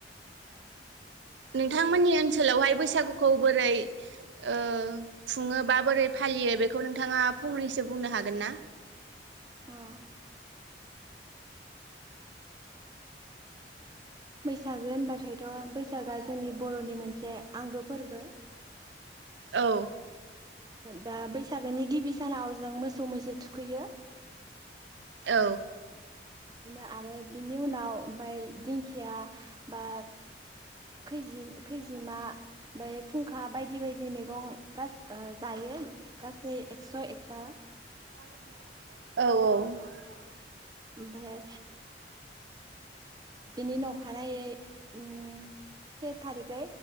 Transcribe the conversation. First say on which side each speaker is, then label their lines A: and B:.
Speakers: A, on the right (about 80°); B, on the right (about 25°).
A: नोंथांमोननि ओनसोलावहाय बैसागुखौ बोरै ओह खुङो बा बोरै फालियो बेखौ नोंथाङा फंनैसो बुंनो हागोन ना?
B: अ बैसागो होनबाथायथ' बैसागआ जोंनि बर'नि मोनसे आंगो फोरबो।
A: औ।
B: दा बैसागोनि गिबि सानाव जों मोसौ मैसो थुखैयो।
A: औ।
B: बिदिनो आरो बिनि उनाव ओमफाय दिंखिया बा खैजि खैजिमा बाय फुंखा बायदि बायदि मैगं गासै ओह जायो गासै एक्स' एकता।
A: <unintelligible> औ औ <unintelligible>
B: ओमफाय बिनि नखानायै ओम से थारिखै